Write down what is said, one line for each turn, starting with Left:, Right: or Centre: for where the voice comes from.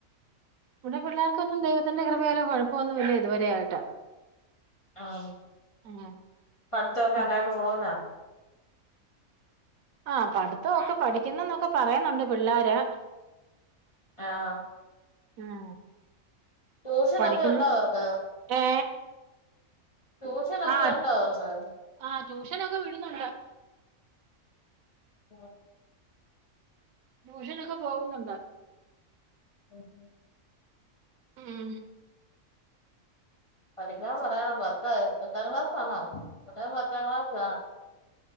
Right: വിടെ പിള്ളേർക്കൊന്നും ദൈവന്റെ കൃപയാലേ കൊഴപ്പമൊന്നുല്ല ഇതുവരെ ആയിട്ട്
Left: ആഹ
Right: ഉം
Left: പടുത്തൊക്കെ നല്ലായിട്ട്
Right: ഉം
Left: പോവുന്നാ
Right: ആഹ്‌ പഠിത്തൊക്കെ പഠിക്കുന്നന്നൊക്കെ പറയുന്നുണ്ട് പിള്ളാരെ.
Left: ആഹ
Right: ഉം
Left: ട്യൂഷനൊക്കെ
Right: പഠിക്കുന്നു
Left: ഉണ്ടോ അവർക്ക്
Right: ഏ
Left: ട്യൂഷനോക്കെണ്ടോ
Right: ആഹ്
Left: സാർ
Right: ആഹ് ട്യൂഷനൊക്കെ വിടുന്നുണ്ടട
Left: <unintelligible>
Right: ട്യൂഷനൊക്കെ പോകുന്നുണ്ടോ?
Left: <unintelligible>
Right: ഉം
Left: പഠിക്കാൻ പറയാനോ പത്താ പത്താം ക്ലാസാണോ ഇവിടെ പത്താം ക്ലാസാ